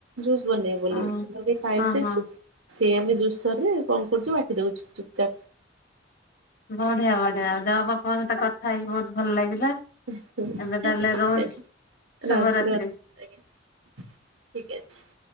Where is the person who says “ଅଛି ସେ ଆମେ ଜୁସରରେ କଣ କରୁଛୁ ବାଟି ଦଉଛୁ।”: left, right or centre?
Right